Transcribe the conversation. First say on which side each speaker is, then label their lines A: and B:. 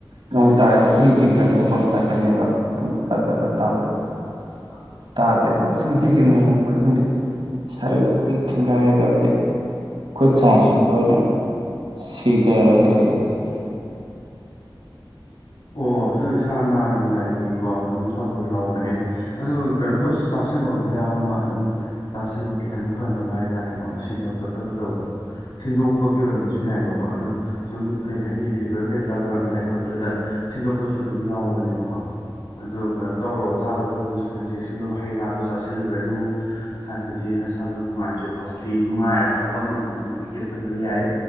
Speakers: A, on the right (about 75°); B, on the left (about 75°).
A: ꯅꯣꯡ ꯇꯥꯔꯗꯤ ꯑꯩꯈꯣꯏ ꯇꯤꯡꯒꯗ ꯃꯈꯣꯟ ꯇꯥꯛꯀꯅꯦꯕ
B: ꯑꯗꯨ ꯐꯣꯟ
A: ꯄꯠ ꯄꯠ ꯄꯠ ꯇꯥꯕꯗꯣ
B: ꯇꯕ ꯇ
A: ꯇꯥꯗꯦ ꯑꯗꯣ ꯑꯁ ꯉꯁꯤꯁꯦ ꯅꯣꯡꯃꯥꯡꯕ꯭ꯔ ꯈꯪꯗꯦ ꯁꯥꯏ ꯂꯣꯏꯅ ꯊꯤꯡꯒꯥꯏꯔꯒ ꯑꯗꯗꯒꯤ ꯈꯨꯠ ꯁꯥꯁꯤꯁꯨ ꯂꯣꯏꯅ ꯁꯤꯗꯔꯒꯂ
B: ꯁꯤ ꯑꯣ ꯑꯗꯨ ꯏꯁꯥ ꯅꯥꯔꯝꯗꯥꯏꯒꯤꯀꯣ ꯑꯗꯨꯝ ꯇꯧꯕ ꯌꯥꯎꯕꯅꯦ ꯑꯗꯨ ꯀꯩꯅꯣ ꯇꯧꯁ ꯆꯥꯁꯤꯜꯂꯣ ꯍꯤꯗꯥꯛ ꯑꯃ ꯑꯗꯨꯝ ꯆꯥꯁꯤꯜꯂꯣ ꯈꯤꯇꯪ ꯐꯅꯕ ꯍꯥꯏꯇꯥꯔꯦꯀꯣ ꯁꯤꯗ ꯈꯣꯠꯇꯕ ꯇꯧꯕꯗꯣ ꯊꯤꯟꯗꯣꯛꯄꯒꯤ ꯑꯣꯏꯔꯝꯕꯁꯨ ꯌꯥꯏꯑꯕꯀꯣ ꯑꯗꯣ ꯁꯨꯝ ꯀꯩ ꯍꯥꯏꯅꯤ ꯐꯤꯚꯔ ꯀꯩꯀꯥ ꯇꯧꯔꯝꯗꯥꯏ ꯈꯣꯠꯄꯗ ꯊꯤꯟꯗꯣꯛꯄꯁꯨ ꯑꯗꯨꯝ ꯌꯥꯎꯕꯅꯦꯕꯀꯣ ꯑꯗꯣ ꯀꯩꯅꯣ ꯇꯧꯔꯣ ꯆꯥꯕ ꯊꯛꯄꯗꯨꯁꯨ ꯈꯤꯇꯪ ꯆꯦꯛꯁꯤꯜꯂꯛꯑꯣ ꯍꯩ ꯔꯥꯗꯣ ꯆꯥꯁꯤꯜꯂꯨꯔꯅꯨ ꯍꯥꯏꯕꯗꯤ ꯅꯁꯥꯗꯣ ꯅꯨꯡꯉꯥꯏꯇ꯭ꯔꯤ ꯐꯥꯎꯗꯤ ꯅꯨꯡꯉꯥꯏꯔ ꯐꯥꯎꯕ ꯅꯣꯡꯃ ꯥꯎꯗꯤ ꯒꯦꯞ ꯊꯝꯕ ꯌꯥꯏ